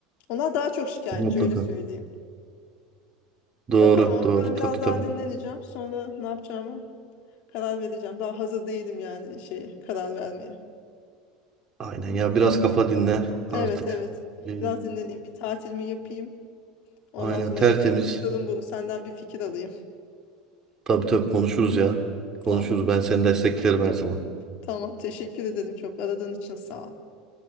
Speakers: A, on the left (about 60°); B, on the right (about 25°).
A: Onlar daha çok şikayetçi
B: Mutlaka.
A: öyle söyleyeyim.
B: Doğru,
A: Bakalım ama
B: doğru.
A: ben biraz
B: Tabii
A: daha
B: tabii.
A: dinleneceğim. Sonra ne yapacağımı karar vereceğim. Daha hazır değilim yani şey karar vermeye.
B: Aynen ya biraz kafa dinle
A: Evet
B: artık.
A: evet.
B: Ee,
A: Biraz dinleneyim. Bir tatilimi yapayım. Ondan
B: aynen
A: sonra
B: tertemiz.
A: gene konuşalım bunu. Senden bir fikir alayım.
B: Tabii tabii konuşuruz ya. Konuşuruz.
A: Tamam.
B: Ben seni desteklerim her zaman.
A: Tamam. Teşekkür ederim çok. Aradığın için sağ ol.